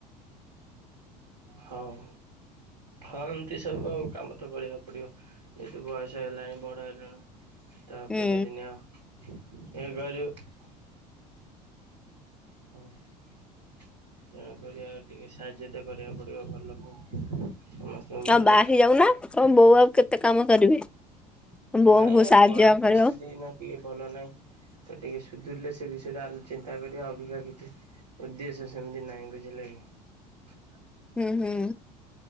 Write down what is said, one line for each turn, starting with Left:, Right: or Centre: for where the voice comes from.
Right: ହଉ। ହଁ ଏମତି ସବୁ ଆଉ କାମ ତ କରିବାକୁ ପଡିବ ଯେହେତୁ ବୟସ ହେଲାଣି ବଡ ହେଲୁଣି। ତ
Centre: ହୁଁ
Right: କେତେଦିନ ଆଉ ହେଇପାରିବ ହଁ ତେଣୁ କରି ଆଉ ଟିକେ ସାହାଯ୍ୟ ତ କରିବାକୁ ପଡିବ ଘର ଲୋକଙ୍କୁ ସମସ୍ତଙ୍କୁ ବୁଝେଇହବ।
Centre: ଆଉ ବାହା ହେଇଯାଉନା ତମ ବୋଉ ଆଉ କେତେ କାମ କରିବେ ବୋଉଙ୍କୁ
Right: ନାଇଁ
Centre: ସାହାଯ୍ୟ
Right: ଘର ର ପରିସ୍ଥିତି
Centre: କରିବ।
Right: ଏଇନା ଟିକେ ଭଲ ନହିଁ। ଟିକି ସୁଧୁରିଲେ ସେ ବିଷୟ ରେ ଚିନ୍ତା କରିବା ଅବିକା କିଛି। ଉଦ୍ଦେଶ୍ୟ ସେମିତି ନାହିଁ ବୁଝିଲେ କି।
Centre: ହୁଁ ହୁଁ।